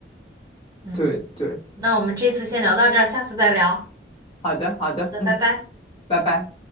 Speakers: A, on the right; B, on the left.
A: 嗯，
B: 对对，
A: 那我们这次先聊到这儿，下次再聊。好
B: 好的好的，
A: 的，
B: 嗯，
A: 拜拜。
B: 拜拜。